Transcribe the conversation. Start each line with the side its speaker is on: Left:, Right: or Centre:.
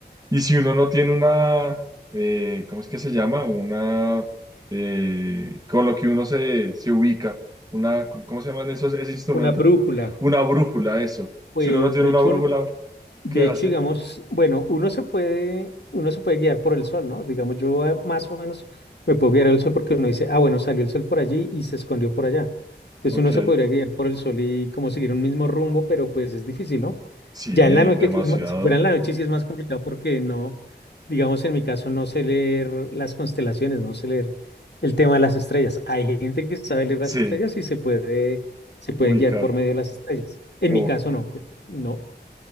Right: Y si uno no tiene una, eh, ¿cómo es que se llama? Una, eh, con lo que uno se, se ubica, una, ¿cómo se llaman esos, ese instrumento?
Left: Una brújula.
Right: Una brújula, eso.
Left: Pues
Right: Si uno no tiene
Left: de
Right: una
Left: hecho,
Right: brújula,
Left: uno- De
Right: ¿qué hace?
Left: hecho, digamos, bueno, uno se puede, uno se puede guiar por el sol, ¿no? Digamos, yo eh, más o menos me puedo guiar el sol porque uno dice, ah, bueno, salió el sol por allí y se escondió por allá. Entonces
Right: Ok,
Left: uno se podría guiar por el sol y como seguir un mismo rumbo, pero pues es difícil, ¿no?
Right: sí,
Left: Ya en la noche,
Right: demasiado,
Left: sí es ma- si fuera en la noche sí es más complicado porque no, digamos, en mi caso no sé leer las constelaciones, no sé leer el tema de las estrellas. Hay gente que sabe leer las
Right: sí,
Left: estrellas y se puede, se puede
Right: ubicar,
Left: guiar por medio de las estrellas. En
Right: ok.
Left: mi caso no, pues, no.